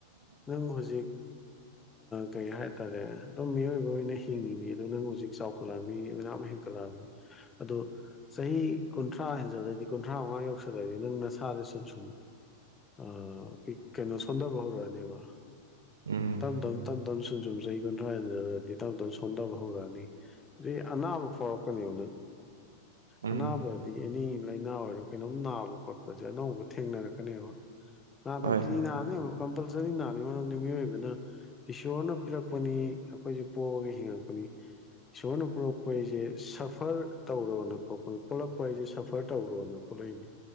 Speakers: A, on the left; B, on the right.
A: ꯅꯪ ꯍꯧꯖꯤꯛ ꯀꯩ ꯍꯥꯏꯇꯥꯔꯦ ꯑꯗꯨꯝ ꯃꯤꯑꯣꯏꯕ ꯑꯣꯏꯅ ꯍꯤꯡꯉꯤꯅꯤ ꯑꯗꯣ ꯅꯪ ꯍꯧꯖꯤꯛ ꯆꯥꯎꯈꯠꯂꯛꯑꯅꯤ ꯃꯌꯥꯝ ꯍꯦꯟꯒꯠꯂꯛꯑꯅꯤ ꯑꯗꯣ ꯆꯍꯤ ꯀꯨꯟꯊ꯭ꯔꯥ ꯍꯦꯟꯖꯂꯗꯤ ꯀꯨꯟꯊ꯭ꯔꯥ ꯃꯉꯥ ꯌꯧꯁꯜꯂꯛꯑꯗꯤ ꯅꯪ ꯅꯁꯥꯁꯦ ꯁꯨꯝ ꯁꯨꯝ ꯑ ꯀꯩꯅꯣ ꯁꯣꯟꯗꯕ ꯍꯧꯔꯛꯅꯦꯕ
B: ꯎꯝ
A: ꯇꯝ ꯇꯝ ꯇꯝ ꯇꯝ ꯁꯨꯝ ꯁꯨꯝ ꯆꯍꯤ ꯀꯨꯟꯊ꯭ꯔꯥꯗꯗꯤ ꯇꯞ ꯇꯞ ꯁꯣꯟꯊꯕ ꯍꯧꯔꯛꯑꯅꯤ ꯑꯅꯥꯕ ꯐꯥꯎꯔꯛꯀꯅꯤ ꯎ
B: ꯎꯝ
A: ꯑꯅꯥꯕꯗꯤ ꯑꯦꯅꯤ ꯂꯥꯏꯅꯥ ꯑꯣꯏꯔꯣ ꯀꯩꯅꯣꯝ ꯅꯥꯕ ꯈꯣꯠꯄꯁꯦ ꯑꯅꯧꯕ ꯊꯦꯡꯅꯔꯛꯄ ꯅꯥ
B: ꯍꯣꯏ
A: ꯀꯄꯜꯁꯔꯤꯅꯥ ꯃꯔꯝꯗꯤ ꯃꯤꯑꯣꯏꯕꯅ ꯏꯁꯣꯔꯅ ꯄꯤꯔꯛꯄꯅꯤ ꯑꯩꯈꯣꯏꯁꯦ ꯄꯣꯛꯑꯒ ꯍꯤꯡꯉꯛꯄꯅꯤ ꯏꯁꯣꯔꯅ ꯄꯨꯂꯛꯄ ꯑꯩꯁꯦ ꯁꯐꯔ ꯇꯧꯔꯣꯅ ꯈꯣꯄ ꯄꯂꯛꯄ ꯍꯥꯏꯁꯦ ꯁꯐꯔ ꯇꯧꯔꯣꯅ ꯊꯣꯛꯂꯛꯏꯅꯤ